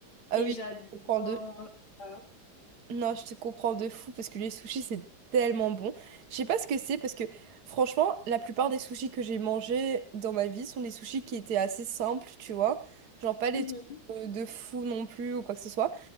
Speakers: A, on the right; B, on the left.
A: ah
B: Et
A: oui,
B: j'adore
A: on prend deux.
B: manger ça.
A: Non, je te comprends de fou parce que les sushis, c'est tellement bon. Je sais pas ce que c'est parce que franchement, la plupart des sushis que j'ai mangés dans ma vie sont des sushis qui étaient assez simples, tu vois. Genre pas les
B: Mhm,
A: trucs de de fou non plus ou quoi que ce soit.